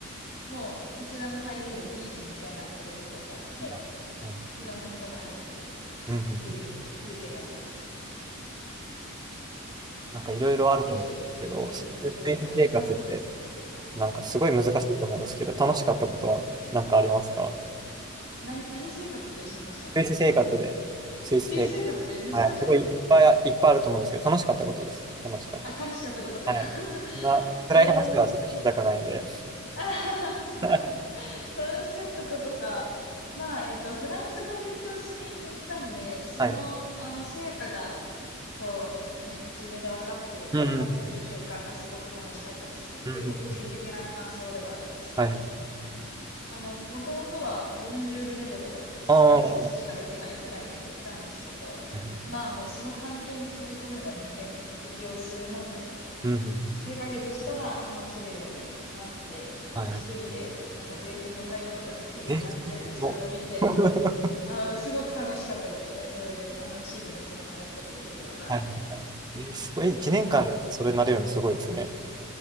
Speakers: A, on the left; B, on the right.
A: もういつでも入れるビーチみたいになってる部分があって、
B: いいな。はい
A: いろんな人が入ってる。
B: うんうんうん
A: っていう風景がありますね。
B: なんかいろいろあると思うんですけど、
A: ぜひ、ぜひ行ってみてください。
B: スイス生活って
A: はい。
B: なんかすごい難しいと思うんですけど、
A: な、
B: 楽しかったことはなんかありますか
A: な、何生活っておっしゃいましたごめんなさい、
B: スイス生活で。
A: 聞き取れず。
B: スイス生活。
A: 水生活で難しかったこと、
B: はい、すごいいっぱいあ、いっぱいあると思うんですけど、楽しかったことです。楽しかったこ
A: あ、楽しかったことか。
B: と。はい。
A: <laughs>
B: そんな暗い話はちょっと聞きたくないんで。
A: えー、あははは
B: <laughs>
A: 楽しかったことか。まあ、えっと、フランス語勉強しに行ったんで、その、
B: はい。
A: あの、成果が、こう、ね、自分で分かってる、
B: うんうんうん。
A: 分かってくる瞬間がすごく楽しかったですね。
B: うんうんうん。
A: 結構個人的な感想ではあるんですけど。
B: はいはい。
A: あの、もともとは、ボンジュールレベルの、その挨拶しかできないくらいで行ったんですけど、
B: ああ。はいはい
A: まあもうその環境に飛び込めば人間適応するもんで、
B: うんうんうん。
A: 数ヶ月したら話せるようになって、
B: はいはい。
A: で、一人で、なんか税金の対応とかできるようになってる自分を見て、
B: え、すごい。<laughs>
A: ああ、すごく楽しかったですね。それで、あの、地域の人と話したりできるのが。
B: はいはいはい。え、すごい。1年間それになれるのすごいですね。
A: はい。